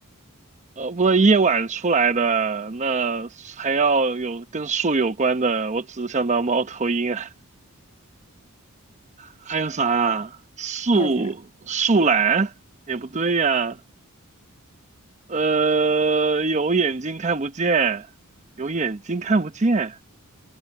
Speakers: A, on the right; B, on the left.
A: 呃，不是夜晚出来的，那还要有跟树有关的，我只想到猫头鹰啊。还有啥啊？树树懒也不对呀。
B: 还有啥？
A: 呃，有眼睛看不见，有眼睛看不见。